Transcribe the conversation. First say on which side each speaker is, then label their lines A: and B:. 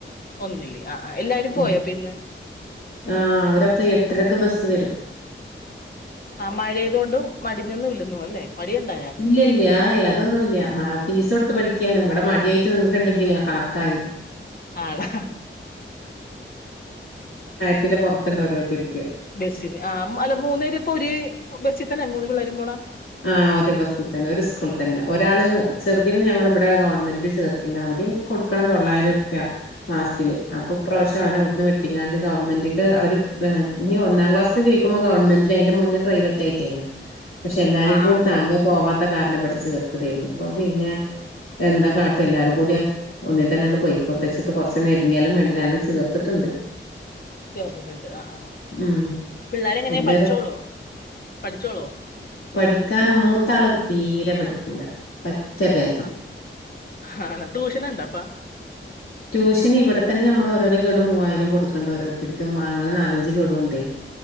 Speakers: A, on the left (about 45°); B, on the left (about 80°).
A: ഒന്നില്. അ അഹ് എല്ലാരും പോയൊ
B: ഉം
A: പ്പിന്ന്?
B: ആഹ് അവരൊക്കെ എട്ടരക്ക് ബസ്സ് വരും.
A: ആഹ് മഴേയ്തോണ്ടും മടിഞൊന്നു ഇല്ലെന്നോണു അല്ലേ മടിയുണ്ടായോ?
B: ഇല്ല്യ ഇല്ല്യ ആഹ് ഏഹ് അതൊന്നുല്ല്യ മാ ഫീസൊട്ത്ത് പഠിക്ക്യാണ് ഇവടെ മട്യായിട്ട് നിന്നിട്ട്ണ്ടെങ്കിലെ കണക്കായ്
A: ആണോ
B: പിന്നെ പൊർത്ത്ണ്ടോരോര്ത്തെര്
A: ബെസ്സിന് ആഹ് അല്ല മൂന്നേര് പ്പൊ ഒര് ബെസ്സി തന്നെ മൂന്ന് പിള്ളേരും പോണാ
B: ആഹ് ഒര് ബസ്സ് തന്നെ ഒര് സ്കൂൾ തന്നെ ഒരാള് ചെറ്തിനെ ഞങ്ങളിബ്ടെ ഗവൺമെന്റില് ചേർത്തീന്ന് അവ്ടിം കൊട്ക്കണം തൊള്ളായ്രുർപ്യാ മാസ്ത്തില് അപ്പൊ ഇപ്പ്രാവ്ശ്യം അവനെവ്ട്ന്ന് വെട്ടിങ്കാണ്ട് ഗവൺമെന്റ്ക്ക് അവര് പേ ഞ്ഞ് ഒന്നാം ക്ലാസ്ക്ക്‌ ജയ്ക്കുമ്പം ഗവൺമെന്റില് അയ്ന്റെ മുന്ന് പ്രൈവറ്റായ്റ്റേന്ന് എല്ലാരിം
A: ആ
B: കൂടി
A: ആ
B: താങ്ങിയാ
A: ശരി
B: പോവാത്ത കാര്ണം ബെടെ ചേർത്തതേര്ന്ന് ഇപ്പൊ പിന്നെ എന്താ കാട്ടാ എല്ലാരും കൂട്യാ ഒന്നിതന്നാണ്ട് പോയ്ക്കോട്ടെച്ച്ട്ട് കൊർച്ച് നെര്ങ്ങ്യാലും വേണ്ടിലാ ആണ്ട് ചേർത്ത്ട്ട്ണ്ട്
A: ചേർന്നിട്ട്ണ്ട് ആഹ് ആഹ് ആഹ്
B: ഉം
A: പിള്ളാരെങ്ങെനെ
B: വല്യൊരു
A: പഠിച്ചോളോ പഠിച്ചോളോ
B: പഠിക്കാന് മൂത്താള് തീരെ പഠിക്കൂലാ പറ്റെ ബേ
A: ആഹ് ഹാ ടൂഷന്ണ്ടപ്പാ
B: റ്റ്യൂഷന് ഇവ്ടെത്തന്നെ ഞമ്മെള് ഓരോരോ ഗെഡു മൂവായിരം കൊട്ക്ക്ണ്ട് ഓരോര്ത്തര്ക്ക് മാ അങ്ങെനെ നാലഞ്ച് ഗഡുണ്ടേ